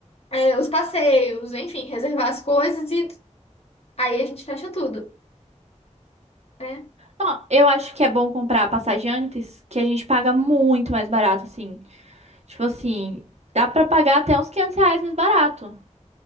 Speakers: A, on the left; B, on the right.
A: é, os passeios, enfim, reservar as coisas e aí a gente fecha tudo, né?
B: Ó, eu acho que é bom comprar a passagem antes, que a gente paga muito mais barato, assim. Tipo assim, dá pra pagar até uns 500 reais mais barato.